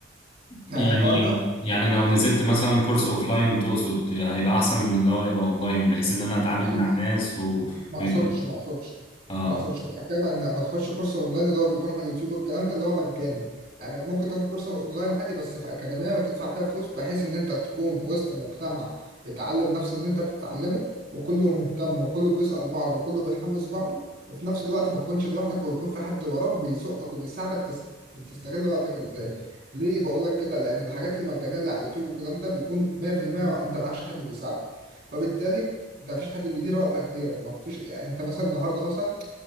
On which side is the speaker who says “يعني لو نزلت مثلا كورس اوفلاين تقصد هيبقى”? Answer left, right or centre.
Left